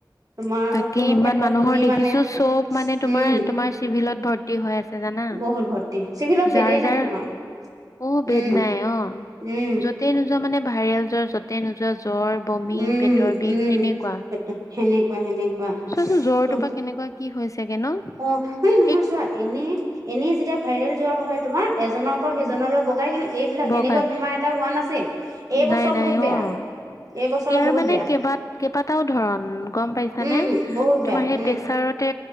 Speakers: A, on the right (about 50°); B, on the left (about 45°).
A: তোমাৰ
B: তাকে
A: কোনো
B: ইমান
A: ক্ষেত্ৰত
B: মানুহৰ
A: তুমি
B: দেখিছো
A: মানে
B: চব মানে
A: উম
B: তোমাৰ তোমাৰ চিভিলত ভৰ্তি হৈ আছে জানা।
A: বহুত ভৰ্তি চিভিলত
B: যাৰ
A: বেডেই
B: যাৰ
A: নাই তোমাৰ।
B: অ
A: উম
B: বেদ নাই অ
A: উম
B: যতেই নোযোৱা মানে ভাইৰেল যৰ যতে নোযোৱা জ্বৰ বমি
A: উম
B: পেটৰ বিষ
A: উম
B: তেনেকুৱা
A: সেনেকুৱা সেনেকুৱা
B: চোৱাচোন জ্বৰটোৰ
A: তুম
B: পৰা কেনেকুৱা কি হৈ চেগে ন।
A: অ মানে নহয়
B: সেই
A: চোৱা এনে এনেই যেতিয়া ভাইৰেল জ্বৰ হয় তোমাৰ এজনৰ পৰা সিজনলৈ
B: উম
A: বগাই। কিন্তু এইবিলাক
B: বগাই
A: এনেকুৱা বেমাৰ এটা হোৱা নাছিল এই
B: নাই
A: বছৰ
B: নাই
A: বহুত বেয়া
B: অ
A: এইবছৰৰ
B: ইয়াৰ
A: বহুত
B: মানে
A: বেয়া
B: কেইবা কেইবাটাও ধৰন গম পাইছানে?
A: উম বহুত
B: তোমাৰ
A: বেয়া
B: সেই
A: উম
B: প্ৰেছাৰতে